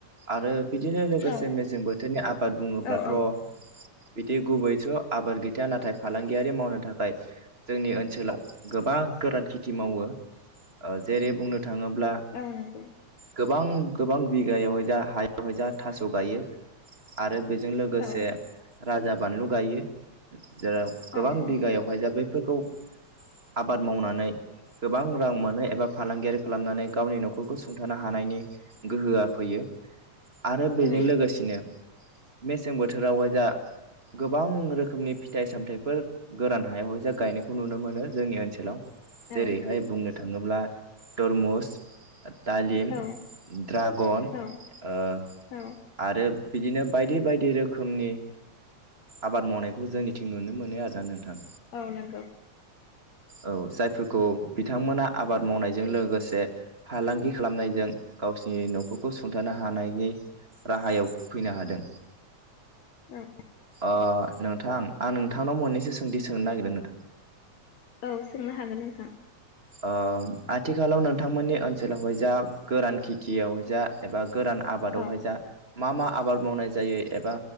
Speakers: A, on the right (about 25°); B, on the left (about 70°).
A: आरो बिदिनो लोगोसे
B: औ
A: मेसें बोथोरनि आबाद बुङोब्लाथ'
B: औ औ
A: बिदि गुबैस' आबाद गैथा नाथाय फालांगियारि मावनो थाखाय जोंनि ओनसोलाव गोबां, बा गोरान खेथि मावो जेरै बुंनो थाङोब्ला,
B: औ नंगौ
A: गोबां गोबां बिगायावहाय जा हायावहाय जा थास' गायो आरो बे जों लोगोसे
B: औ
A: राजा बानलु गायो जेराव गोबां
B: औ औ
A: बिघायावहाय जा बे फोरखौ आबाद मावनानै गोबां रां मोनो एबा फालांगियारि खालामनानै गावनि न'खरखौ सुंथानो हानायनि गोहोआ, फैयो आरो बेजों
B: औ
A: लोगोसेनो मेसें बोथोरावहाय जा, गोबां रोखोमनि फिथाइ सामथायाइफोर गोरान हायावहाय जा गायनायखौ नुनो मोनो जोंनि ओनसोलाव, जेरैहाय
B: औ
A: बुंनो थाङोब्ला तरमुस दालिम,
B: औ
A: ड्रागन
B: औ
A: ओ
B: औ
A: आरो बिदिनो बायदि बायदि रोखोमनि आबाद मावनायखौ जोंनिथिं नुनो मोनो आरोना नोंथां
B: औ नंगौ
A: औ जायफोरखौ बिथांमोना आबाद मावनायजों लोगोसे फालांगि खालामनायजों, गावसिनि न'खरखौ सुंथानो हानायनि राहायाव फैनो हादों,
B: औ
A: ओ- नोंथां आं नोंथांनाव मोनननैसो सोंथि सोंनो नागिरदों नोंथां।
B: औ सोंनो हागोन नोंथां।
A: ओ-आथिखालाव नोंथांमोननि ओनसोलावहाय जा गोरान खेथियाव जा एबा गोरान आबादावहाय
B: औ
A: जा। मा मा आबाद मावनाय जायो एबा